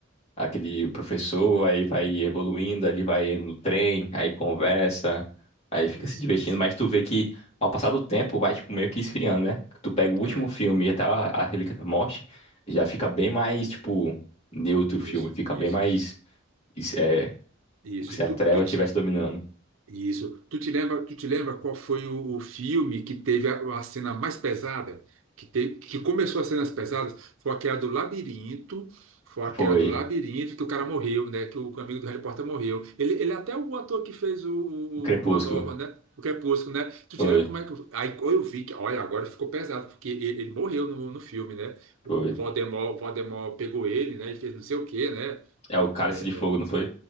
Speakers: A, on the left; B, on the right.
A: aquele professor, aí vai evoluindo, ele vai no trem, aí conversa, aí fica
B: isso,
A: se divertindo,
B: isso.
A: mas tu vê que ao passar do tempo vai, tipo, meio que esfriando, né? Tu pega o último
B: É,
A: filme e até a, a Relíquia da Morte, já fica bem mais, tipo, neutro
B: isso,
A: o filme, fica
B: isso.
A: bem mais isso é,
B: Isso.
A: Se
B: Tu,
A: a treva
B: tu,
A: estivesse dominando.
B: Isso. Tu te lembra, tu te lembra qual foi o, o filme que teve a, a cena mais pesada? Que, te, que começou as cenas pesadas? Foi aquela do labirinto. Foi aquela
A: Foi.
B: do labirinto que o cara morreu, né? Que o amigo do Harry Potter morreu. Ele, ele é até o ator que fez o, o,
A: O Crepúsculo.
B: o Lua Nova, né? O Crepúsculo, né? Tu
A: Foi.
B: te lembra como é que. Aí eu vi que, olha, agora ficou pesado, porque ele, ele morreu no, no filme, né? O
A: Foi.
B: o Voldemort, o Voldemort pegou ele, né? E fez não sei o quê, né?
A: É o Cálice
B: É,
A: de Fogo, não foi?